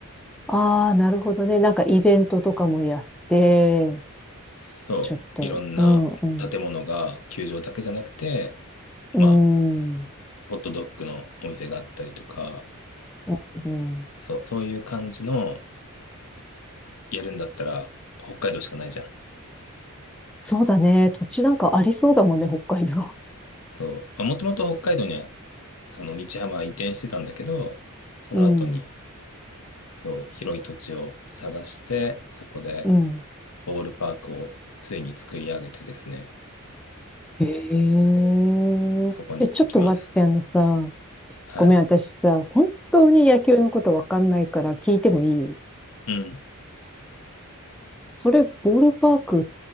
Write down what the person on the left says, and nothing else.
そう、
いろんな建物が球場だけじゃなくて、
まあ、
ホットドッグのお店があったりとか、
そう、そういう感じの、やるんだったら、北海道しかないじゃん。
そ
う、そう。まあもともと北海道には、その日ハムは移転してたんだけど、その後に、
そう、広い土地を探して、そこで
ボールパークをついに作り上げてですね、
そう、そこに行ってきます。
はい。
うん。